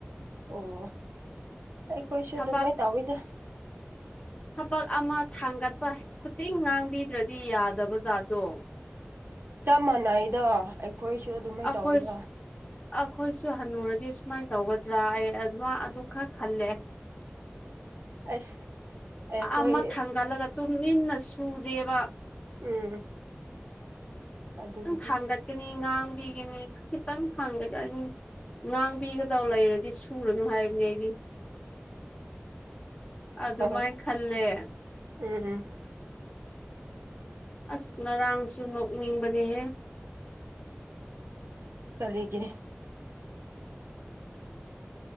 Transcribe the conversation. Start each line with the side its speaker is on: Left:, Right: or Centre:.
Right: ꯑꯣ ꯑꯩꯈꯣꯏꯁꯨ
Left: ꯊꯕꯛ
Right: ꯑꯗꯨꯃꯩ ꯇꯧꯋꯤꯗ
Left: ꯊꯕꯛ ꯑꯃ ꯊꯥꯡꯒꯠꯄ ꯈꯨꯗꯤꯡ ꯉꯥꯡꯕꯤꯗ꯭ꯔꯗꯤ ꯌꯥꯗꯕ ꯖꯥꯠꯗꯣ
Right: ꯆꯄ ꯃꯥꯟꯅꯩꯗꯣ ꯑꯩꯈꯣꯏꯁꯨ ꯑꯗꯨꯃꯥꯏ
Left: ꯑꯩꯈꯣꯏ
Right: ꯇꯧꯋꯤꯗꯥ
Left: ꯑꯩꯈꯣꯏꯁꯨ ꯍꯟꯅꯨꯔꯗꯤ ꯁꯨꯃꯥꯏꯅ ꯇꯧꯒꯗ꯭ꯔꯥ ꯑꯩ ꯑꯗꯨꯃ ꯑꯗꯨ ꯈꯔ ꯈꯜꯂꯦ
Right: ꯑꯁ ꯑꯩꯈꯣꯏ
Left: ꯑꯃ ꯊꯪꯒꯥꯠꯂꯒ ꯇꯨꯃꯤꯟꯅ ꯁꯨꯗꯦꯕ
Right: ꯎꯝ ꯑꯗꯨꯕꯨ
Left: ꯗꯥꯡꯒꯠꯀꯅꯤ ꯉꯥꯡꯕꯤꯒꯅꯤ ꯈꯤꯇꯪ ꯊꯡꯒꯅꯤ ꯉꯥꯡꯕꯤꯒꯗꯧ ꯂꯩꯔꯗꯤ ꯁꯨꯔꯅꯨ ꯍꯥꯏꯕꯅꯤ ꯑꯩꯗꯤ ꯑꯗꯨꯃꯥꯏꯅ
Right: ꯍꯣꯏ
Left: ꯈꯜꯂꯦ
Right: ꯎꯝ ꯎꯝ
Left: ꯑꯁ ꯉꯔꯥꯡꯁꯨ ꯅꯣꯛꯅꯤꯡꯕꯅꯦꯍꯦ
Right: ꯀꯔꯤꯒꯤ